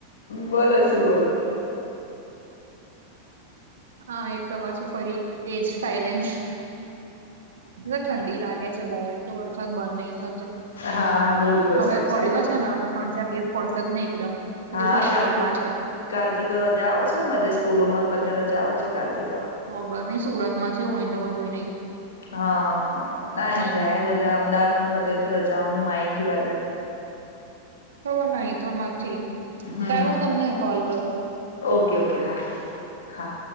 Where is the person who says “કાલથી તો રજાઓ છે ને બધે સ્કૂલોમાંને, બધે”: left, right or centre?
Left